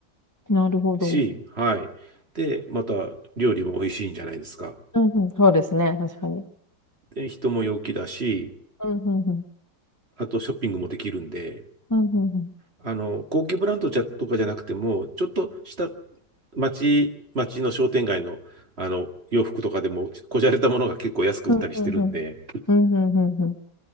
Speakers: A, on the left; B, on the right.
A: ん。なるほど。
B: し、はい。で、また料理も美味しいんじゃないですか。
A: うん、うん、そうですね、確かに。
B: で、人も陽気だし、
A: うん、うんうん。
B: あとショッピングもできるんで、
A: うん、うんうん。
B: あの、高級ブランドじゃとかじゃなくても、ちょっとした町、町の商店街の、あの、洋服とかでも、こじゃれたものが結構安く売ったりしてるんで、
A: うん、うんうん。うん、んうんうん。